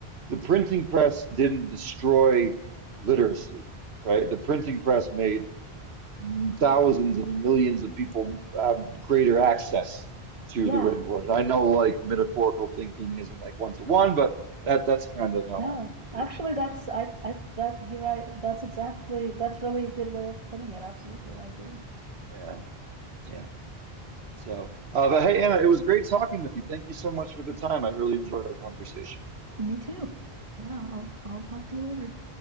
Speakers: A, on the right; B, on the right.
A: the printing press didn't destroy literacy, right? The printing press made thousands and millions of people have greater access to
B: Yeah,
A: the written word. I know like metaphorical thinking isn't like one to one, but that that's kind of how
B: No,
A: I think of
B: actually,
A: it anyways.
B: that's I I that you're right. That's exactly that's really a good way of putting it. Absolutely, I agree.
A: Yeah. Yeah. So, uh, but hey, Anna, it was great talking with you. Thank you so much for the time. I really enjoyed our conversation.
B: Me too. Yeah, I'll I'll talk to you later.